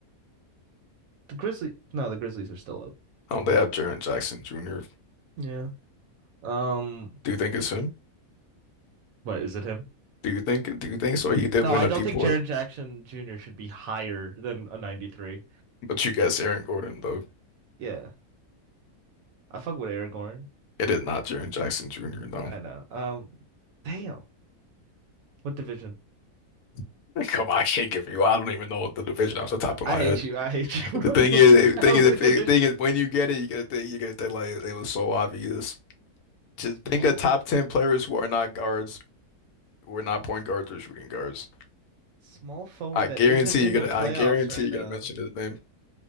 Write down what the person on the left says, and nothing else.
Um, they have Jaren Jackson Jr.
Do you think it's him?
Do you think do you think so? He did
win
a
DPOY,
but you guess Aaron Gordon though.
It is not Jaren Jackson Jr. No,
<laughs> come on, I can't give you. I don't even know the division off the top of
my
head.
The thing is, the thing
is, if the
thing is, when you get it, you get to think you get to think like it was so obvious. Just
think of top ten players who are not guards We're not point guards or shooting guards.
I
guarantee
you're
gonna.
I guarantee
you're
gonna mention his name.